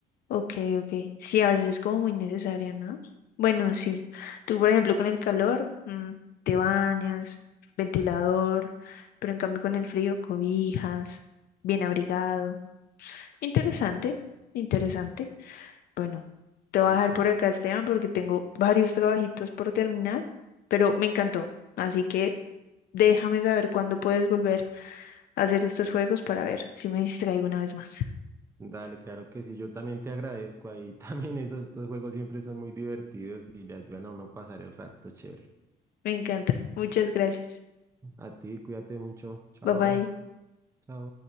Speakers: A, on the left (about 65°); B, on the right (about 15°).
A: Ok, ok. Sí, a veces es como muy necesario, ¿no? Bueno, sí. Tú, por ejemplo, con el calor, mm, te bañas, ventilador, pero en cambio con el frío, cobijas, bien abrigado. Interesante,
B: Sí, también.
A: interesante. Bueno, te voy
B: Listo.
A: a dejar por acá, Esteban, porque tengo varios trabajitos por terminar, pero me encantó. Así que déjame saber cuándo puedes volver. hacer estos juegos para ver si me distraigo una vez más.
B: Dale, claro que sí, yo también te agradezco ahí. <laughs> También esos, estos juegos siempre son muy divertidos y le ayudan a uno a pasar el rato chévere.
A: Me encanta. Muchas gracias.
B: A ti, cuídate mucho. Chao,
A: Bye bye.
B: chao.